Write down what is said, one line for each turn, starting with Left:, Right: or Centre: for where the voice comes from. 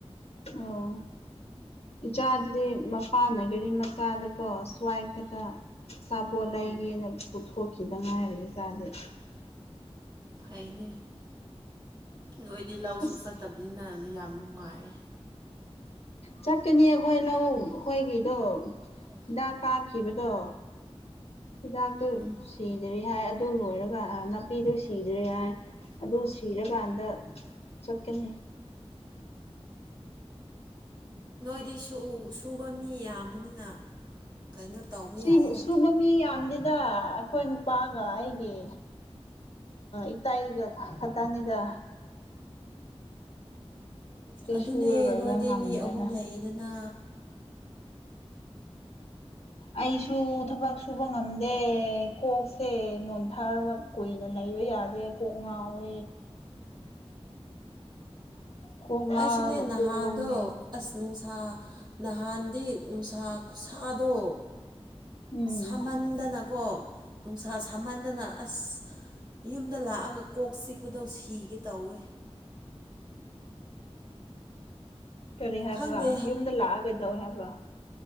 Left: ꯑꯣ ꯏꯆꯥꯗꯨꯗꯤ ꯃꯄꯥꯥꯟꯅꯒꯔꯤ ꯃꯆꯥꯗꯀꯣ ꯁ꯭ꯋꯥꯏ ꯈꯛꯇ ꯑꯆꯥꯄꯣꯠ ꯂꯩꯒꯦꯅ
Right: ꯎꯝ
Left: ꯄꯨꯊꯣꯛꯈꯤꯗꯪ ꯉꯥꯏꯔꯛꯑꯦ ꯏ ꯆꯥꯁꯦ
Right: ꯐꯥꯏꯅꯦ ꯅꯣꯏꯗꯤ ꯂꯧꯁꯨ
Left: ꯑꯁ
Right: ꯆꯠꯇꯕꯅꯤꯅ ꯌꯥꯝ ꯅꯨꯡꯉꯥꯏꯌꯦ
Left: ꯆꯠꯀꯅꯤ ꯑꯩꯈꯣꯏ
Right: ꯆꯠꯀꯅꯤ
Left: ꯂꯧ ꯑꯩꯈꯣꯏꯒꯤꯗꯣ
Right: ꯑꯩꯈꯣꯏ ꯂꯧ ꯑꯩꯈꯣꯏꯒꯤꯗꯣ
Left: ꯍꯤꯗꯥꯛ ꯀꯥꯞꯈꯤꯕꯗꯣ ꯍꯤꯗꯥꯛꯇꯣ
Right: ꯎꯝ
Left: ꯁꯤꯗ꯭ꯔꯤ ꯍꯥꯏ ꯑꯗꯨ ꯂꯣꯏꯔꯀꯥꯟ ꯅꯥꯄꯤꯗꯨ ꯁꯤꯗ꯭ꯔꯦ ꯍꯥꯏ ꯑꯗꯨ ꯁꯤꯔꯀꯥꯟꯗ ꯆꯠꯀꯅꯤ <unintelligible>
Right: ꯅꯣꯏꯗꯤ ꯁꯨꯕ ꯃꯤ ꯌꯥꯝꯕꯅꯤꯅ ꯀꯩꯅꯣ ꯇꯧꯕ
Left: ꯁꯤꯕꯨ
Right: ꯌꯥꯏꯗ
Left: ꯁꯨꯕ ꯃꯤ ꯌꯥꯝꯗꯤꯗ ꯑꯩꯈꯣꯏ ꯅꯨꯄꯥꯒ ꯑꯩꯒꯤ ꯏꯇꯒ ꯈꯇꯥꯅꯤꯗ
Right: ꯑꯗꯨꯅꯦ
Left: ꯁꯨꯔꯔꯣꯏꯗ
Right: ꯅꯣꯏꯗꯤ
Left: ꯉꯝꯗ꯭ꯔꯦꯗ
Right: ꯃꯤ ꯑꯍꯨꯝ ꯂꯩꯌꯦꯗꯅ
Left: ꯑꯩꯁꯨ ꯊꯕꯛ ꯁꯨꯕ ꯉꯝꯗꯦ ꯀꯣꯛꯁꯦ ꯅꯣꯟꯊꯥꯒ ꯀꯨꯏꯅ ꯂꯩ ꯀꯕ ꯌꯥꯗꯦ ꯀꯣꯛ ꯉꯥꯎꯋꯦ ꯀꯣꯛ ꯉꯥꯎꯔꯒ
Right: ꯑꯩꯁꯨꯅꯦ ꯅꯍꯥꯟꯗꯣ
Left: ꯀꯣꯛ ꯂꯨꯝꯃꯦ
Right: ꯑꯁꯅ ꯅꯨꯡꯁꯥ ꯅꯍꯥꯟꯗꯤ ꯅꯨꯡꯁꯥ ꯈꯨꯠꯁꯥꯗꯣ
Left: ꯎꯝ
Right: ꯁꯥꯃꯟꯗꯅꯀꯣ ꯅꯨꯡꯁꯥ ꯁꯥꯃꯟꯗꯅ ꯑꯁ ꯌꯨꯝꯗ ꯂꯥꯛꯑꯒ ꯀꯣꯛ ꯆꯤꯛꯄꯗꯣ ꯁꯤꯒꯦ ꯇꯧꯋꯦ
Left: <unintelligible> ꯀꯔꯤ ꯍꯥꯏꯕ
Right: ꯈꯪꯗꯦ
Left: ꯌꯨꯝꯗ ꯂꯥꯛꯑꯒꯗꯧꯋꯦ ꯍꯥꯏꯕ